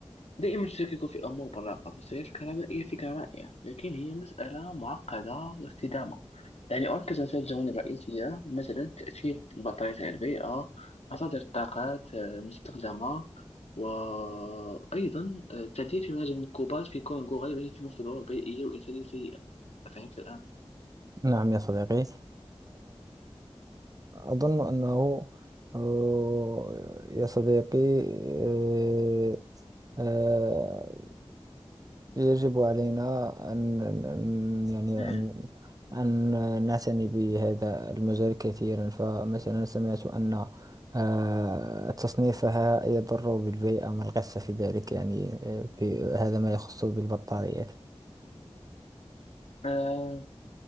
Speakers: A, on the left; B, on the right.
A: دائما تشكك في أمور براقة فالسيارة الكهربائية فكرة رائعة لكن هي مسألة معقدة واستدامة يعني أركز على ثلاث جوانب رئيسية مثلا تأثير البطارية على البيئة مصادر الطاقات آه، المستخدمة وأيضا آه، التعديل في مناجم المركوبات في كونغو غالبا يتم في ظروف بيئية وإنسانية سيئة فهمت الآن؟
B: نعم يا صديقي أظن أنه آه، يا صديقي آه، آه، يجب علينا أن أن- يعني
A: مم.
B: أن أن نعتني بهذا المجال كثيرا فمثلا سمعت أن آه، تصنيفها يضر بالبيئة ما القصة في ذلك يعني آه، في هذا ما يخص بالبطاريات
A: آه